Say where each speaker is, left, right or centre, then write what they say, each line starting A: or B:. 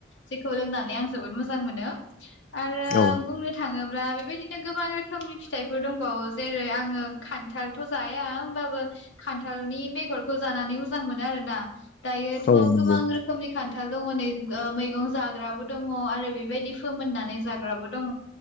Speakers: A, on the left; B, on the left.
A: जेखौ लोंनानै आं जोबोद मोजां मोनो। आरो
B: औ
A: बुंनो थांङो ब्ला बेबादिनो गोबां रोखोमनि फिथाइफोर दंबावो जेरै आंङो खान्थालथ' जाया होमबाबो खान्थालनि बेगरखौ जानानै मोजां मोनो आरोना। दायोथ'
B: औ नंगौ
A: गोबां रोखोमनि खान्था थाल दङ नै ओ मैगं जाग्राबो दङ आरो बेबायदि फोमोननानै जाग्राबो दङ।